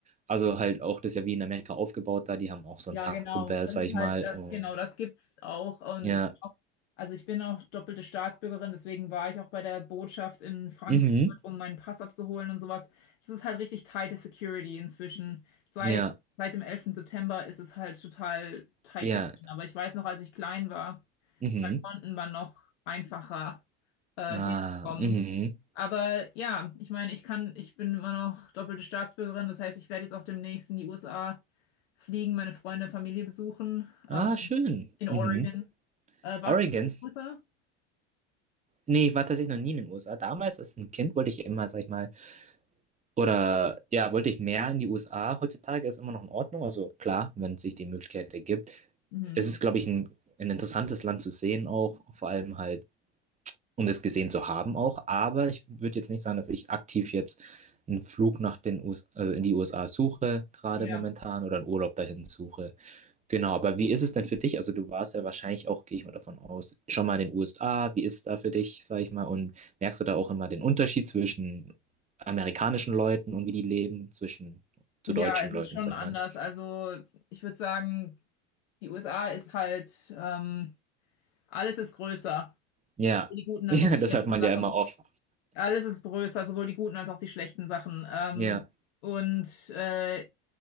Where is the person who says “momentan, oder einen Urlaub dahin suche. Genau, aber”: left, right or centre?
Right